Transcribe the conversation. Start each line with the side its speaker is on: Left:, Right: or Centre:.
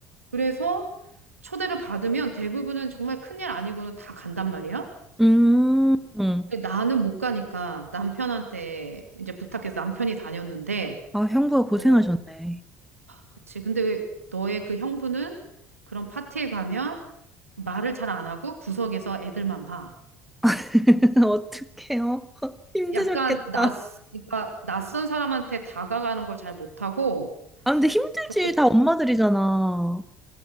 Right: 그래서 초대를 받으면 대부분은 정말 큰일 아니고는 다 간단 말이야.
Centre: 응. 음.
Right: 근데 나는 못 가니까 남편한테 이제 부탁해서 남편이 다녔는데,
Centre: 아, 형부가 고생하셨네.
Right: 어, 그치. 근데 너의 그 형부는 그런 파티에 가면 말을 잘 안 하고 구석에서 애들만 봐.
Centre: <laughs> 어떡해요? <laughs> 힘드셨겠다.
Right: 약간 낯, 그러니까 낯선 사람한테 다가가는 걸 잘 못하고
Centre: 아, 근데 힘들지.
Right: 조금
Centre: 다 엄마들이잖아.